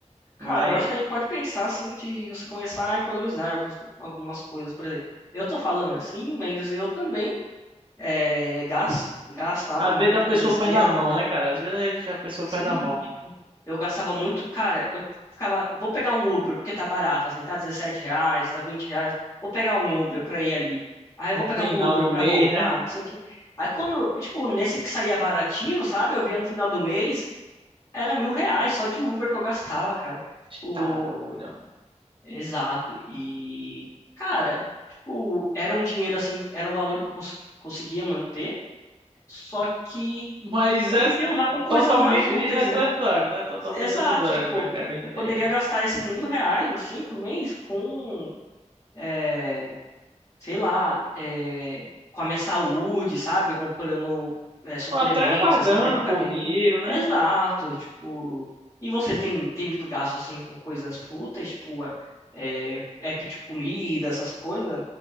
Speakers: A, on the right; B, on the left.
A: Mas
B: Cara, eu acho que a gente pode pensar, assim, de você começar a economizar em alguns, algumas coisas. Por exemplo, eu tô falando assim, mas eu também. É, gas- gastava
A: às
B: muito
A: vezes a pessoa
B: com besteira,
A: perde a mão,
B: por exemplo.
A: né, cara? Às vezes a pessoa
B: Sim,
A: perde a mão.
B: tipo, eu gastava muito, cara, eu ficava, vou pegar um Uber, porque tá barato, assim, tá 17 reais, tá 20 reais, vou pegar um Uber pra ir ali. Aí
A: No
B: eu vou
A: final
B: pegar um Uber
A: do
B: pra
A: mês,
B: voltar,
A: né?
B: não sei o quê. Aí quando, tipo, nesse que saía baratinho, sabe, eu via no final do mês, era mil reais só de Uber que eu gastava, cara. O...
A: Tá doido.
B: Exato, e, cara, tipo, era um dinheiro, assim, era um valor que eu cons- conseguia manter, só que
A: Mas
B: eu
A: é
B: podia usar com coisas
A: totalmente
B: mais úteis,
A: desnecessário,
B: né?
A: né? Totalmente
B: Exato,
A: desnecessário,
B: tipo,
A: vai, cara, eu entendo.
B: eu poderia gastar esses mil reais, assim, por mês com, é, sei lá, é, com a minha saúde, sabe? Comprando, é, suplementos,
A: Até guardando,
B: assim, pra ir pra academia.
A: pô, o dinheiro, né?
B: Exato, tipo. E você tem, tem muito gasto, assim, com coisas fúteis, tipo, é, app de comida, essas coisas?